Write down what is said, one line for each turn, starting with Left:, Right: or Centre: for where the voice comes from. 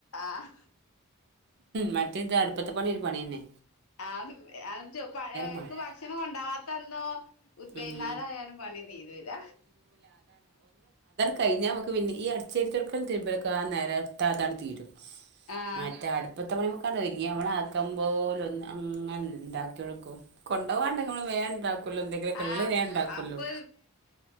Left: ആഹ്
Right: മറ്റേ ഇത് അടുപ്പത്തെ പണി പണിന്നെ
Left: ആ അക്ക്
Right: പോണെ
Left: ഭക്ഷണം കൊണ്ടാവാത്തന്നോ വൈന്നാരായാലുംപണി
Right: ഉം
Left: തീറരില്ല
Right: കഴിഞ്ഞൽ നമക്ക് പിന്ന ഈ അടച്ചരി തുക്കരു ത്താതാണ് തീരുംറ്മറ്റെ
Left: ആഹ്
Right: അയ്മക്കാണ്ടൊര്ങ്ങ്യ അമളാക്കമ്പോലൊന്ന് അങ്ങനെണ്ടാക്ക്യോ ണ്ട്ക്കു കൊണ്ടൊവാണ്ടെങ്കി മ്മള് വേണ്ടാക്കല്ലോ എന്തെങ്കിലൊകെള്ളഹ്
Left: ആഹ്
Right: വേണ്ടാക്കല്ലോ
Left: അപ്പൊ